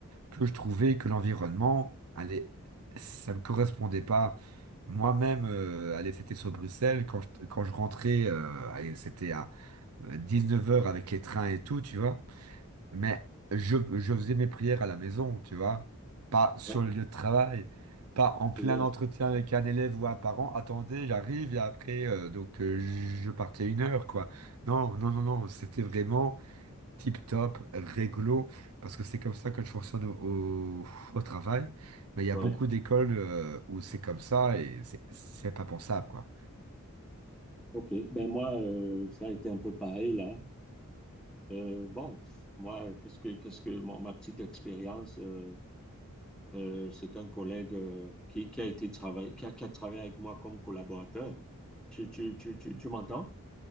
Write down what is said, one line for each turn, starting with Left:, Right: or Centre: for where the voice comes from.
Right: que je trouvais que l'environnement, allez, ça me correspondait pas. Moi-même, euh, allez, c'était sur Bruxelles, quand je, quand je rentrais, euh, allez, c'était à euh, dix-neuf heures avec les trains et tout, tu vois. Mais je, je faisais mes prières à la maison, tu vois, pas sur
Centre: Ouais.
Right: le lieu de travail, pas en plein
Centre: C'est bien.
Right: entretien avec un élève ou un parent. Attendez, j'arrive et après, euh, donc euh, je partais une heure, quoi. Non, non, non, non, c'était vraiment tip-top, réglo, parce que c'est comme ça que je fonctionne au, au, au travail. Mais il y
Centre: Ouais.
Right: a beaucoup d'écoles euh, où c'est comme ça et c'est c'est pas pensable, quoi.
Centre: Ok, ben moi, euh, ça a été un peu pareil là. Euh, bon, moi, qu'est-ce que, qu'est-ce que mon- ma petite expérience, euh, euh, c'est qu'un collègue euh, qui, qui a été travaillé, qui a, qui a travaillé avec moi comme collaborateur. Tu, tu, tu, tu, tu m'entends?